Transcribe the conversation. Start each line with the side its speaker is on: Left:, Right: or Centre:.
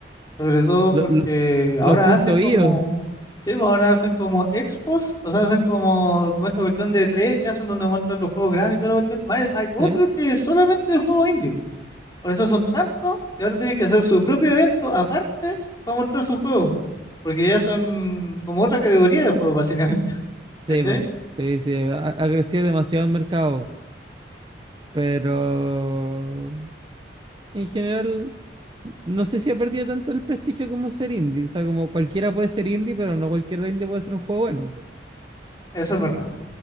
Left: Sobre todo
Right: Lo-
Left: porque
Right: lo-
Left: ahora
Right: los puntos
Left: hacen como,
Right: IO,
Left: sí, pues ahora hacen como expos, o sea, hacen como, como esta cuestión de tres que hacen donde muestran los juegos grandes y toda la cuestión. Más, hay otro
Right: ¿sí?
Left: que es solamente de juegos indios. Por eso son tantos que ahora tienen que hacer su propio evento aparte para mostrar sus juegos, porque ya son como otra categoría de juegos, básicamente. <laughs>
Right: Sí,
Left: ¿Cachai?
Right: po. Sí, sí, ha, ha crecido demasiado el mercado, pero en general no sé si ha perdido tanto el prestigio como ser indie, o sea, como cualquiera puede ser indie, pero no cualquier indie puede ser un juego bueno.
Left: Eso es verdad.